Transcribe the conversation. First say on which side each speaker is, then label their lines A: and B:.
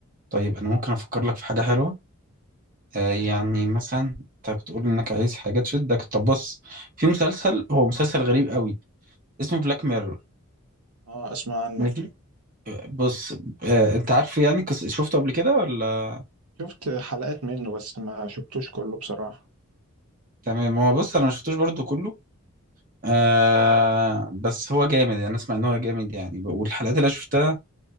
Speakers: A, on the right; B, on the right.
A: طيب انا ممكن افكر لك في حاجة حلوة آه يعني مثلا انت بتقول انك عايز حاجة تشدك طب بص في مسلسل هو مسلسل غريب قوي اسمه بلاك ميرور
B: اه اسمع عنه
A: ماشي بص آه انت عارفه يعني كس- شفته قبل كده ولا
B: شفت حلقات منه بس ما شفتوش كله بصراحه
A: تمام هو بص انا ما شفتوش برضو كله آه بس هو جامد يعني اسمع ان هو جامد يعني والحلقات اللي أنا شفتها